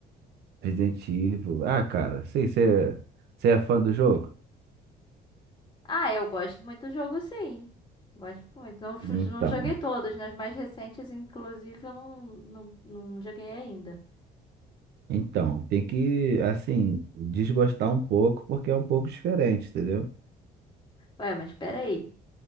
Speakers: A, on the right; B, on the left.
A: Resident Evil. Ah, cara, sei, você é fã do jogo?
B: Ah, eu gosto muito do jogo, sim. Gosto muito. Não, fu-
A: Então,
B: não joguei todos, nas mais recentes, inclusive, eu não, não, não joguei ainda.
A: então, tem que, assim, desgostar um pouco, porque é um pouco diferente, entendeu?
B: Ué, mas peraí.